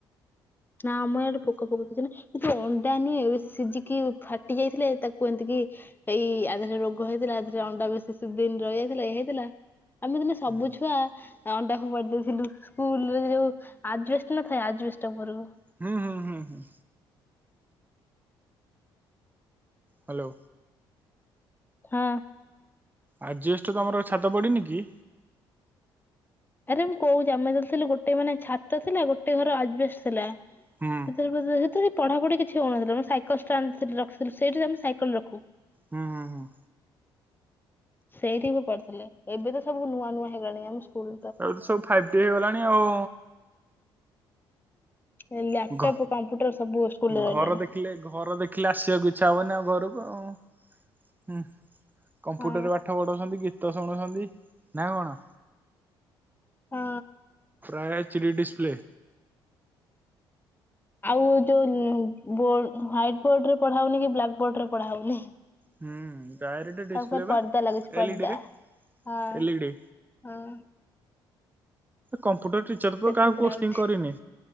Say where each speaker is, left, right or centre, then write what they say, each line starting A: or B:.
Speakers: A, on the left; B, on the right.
A: ନାମଆଡେ ପୋକ ପୋକଛି ନା କିନ୍ତୁ ଅଣ୍ଡା ନୁହେଁ ବେଶ ସିଝିକି ଫାଟି ଯାଇଥିଲେ ତାକୁ ଏମତିକ କି ଏଇ ଆଧରେ ରୋଗ ହେଇଥିଲା ଆଧରେ ଅଣ୍ଡା ବେଶୀ ଦିନ ରହିଯାଇଥିଲା ଏଇ ହେଇଥିଲା। ଆମେ ତ ସବୁ
B: ହୁଁ
A: ଛୁଆଁ ଅଣ୍ଡାକୁ ଫୋପାଡ଼ିଦଉଥିଲୁ ସ୍କୁଲରେ ଯୋଉ ଆଜବେଷ୍ଟ ନ ଥାଏ ଆଜବେଷ୍ଟ ଉପରକୁ।
B: ହୁଁ ହୁଁ ହୁଁ ହୁଁ। ହ୍ୟାଲୋ।
A: ହଁ।
B: ଆଜବେଷ୍ଟ ତମର ଛାତ ପଡ଼ିନି କି?
A: ଆରେ ମୁଁ କହୁଛି ଆମେ ତ ଥିଲୁ ଗୋଟେ ମାନେ ଛାତ ଥିଲା ଗୋଟେ ଘର ଆଜବେଷ୍ଟ ଥିଲା। ସେତେଳେ
B: ହୁଁ
A: ପଜନ୍ତ ସେତେଳେ ପଢ଼ାପଢ଼ି କିଛି ହଉନଥିଲା ସେତେଳେ ସାଇକେଲ୍ ଷ୍ଟାଡେ ରଖିଥିଲେ ସେଇଠି ଆମେ ସାଇକେଲ ରଖୁ।
B: ହୁଁ ହୁଁ ହୁଁ।
A: ସେଇଠି ମୁଁ ପଢିଥିଲେ ଏବେ ତ ସବୁ ନୂଆ ନୂଆ ହେଇଗଲାଣି ଆମ ସ୍କୁଲ୍
B: ଏବେ ତ ସବୁ ଫାଇପ୍ ଟି ହେଇଗଲାଣି ଆଉ।
A: ଲ୍ୟାପଟପ୍
B: ହୁଁ
A: କମ୍ପ୍ୟୁଟର ସବୁ ସ୍କୁଲରେ ରହିଲାଣି
B: ଘର ଦେଖିଲେ ଘର ଦେଖିଲେ ଆସିବାକୁ ଇଚ୍ଛା ହବନି ଆଉ ଘରକୁ। ହୁଁ। କମ୍ପ୍ୟୁଟର
A: ହଁ
B: ରେ ପାଠ ପଢଉଛନ୍ତି ଗୀତ ସୁଣୁ ଚନ୍ତି ନାଁ କଣ।
A: ହଁ।
B: ଆ ଏଚି ଡିସ୍ ପ୍ଲେ
A: ଆଉ ଯୋଉ ବ ହ୍ୱାଇଟ ବୋର୍ଡ ପଡ଼ା ହଉନି କି ବ୍ଲା ବୋର୍ଡରେ ପଢା ହଉନି।
B: ହୁଁ ଡାଇରେଟେ ଡିସପ୍ଲେ
A: ତାଙ୍କ ପାଇଁ
B: ବା
A: ପର୍ଦ୍ଦା ଲାଗୁଛି ପର୍ଦ୍ଦା
B: ଏଲିଡିରେ
A: ହଁ
B: ଏଲିଡି।
A: ହଁ
B: କମ୍ ଗୋଟେ ଟିଚର ତ
A: ସେଥିରେ
B: କାହାକୁ ପୋଷ୍ଟିଂ
A: ପଢା ହଉଛି
B: କରିନି